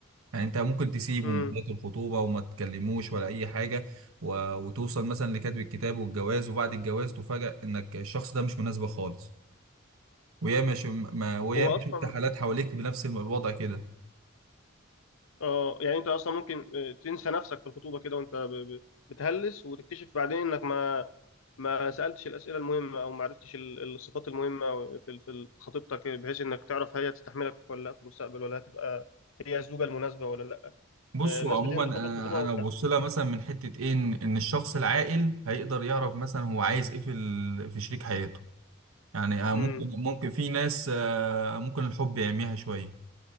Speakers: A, on the right; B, on the left.
A: يعني انت ممكن تسيبه
B: امم
A: من بدايه الخطوبه وما تكلموش ولا اي حاجه و... وتوصل مثلا لكتب الكتاب والجواز وبعد الجواز تفاجأ انك الشخص ده مش مناسبه خالص وياما ش... ما... وياما
B: هو اصلا
A: شفت حالات حواليك بنفس الوضع كده
B: اه يعني انت اصلا ممكن آه، تنسى نفسك في الخطوبه كده وانت ب... ب- بتهلس وتكتشف بعدين انك ما ما سألتش الأسئلة المهمة أو ما عرفتش ال- الصفات المهمة في في خطيبتك بحيث إنك تعرف هي تستحملك ولا لا في المستقبل ولا هتبقى هي الزوجة المناسبة ولا لا
A: بصوا
B: آه، الناس
A: عموما
B: بتهمل
A: انا
B: فترة الخطوبة وبتاع
A: انا ببص لها مثلا من حته ايه ان إن الشخص العاقل هيقدر يعرف مثلا هو عايز ايه في ال... في شريك حياته يعني آه،
B: امم
A: ممكن ممكن في ناس آه، ممكن الحب يعميها شوية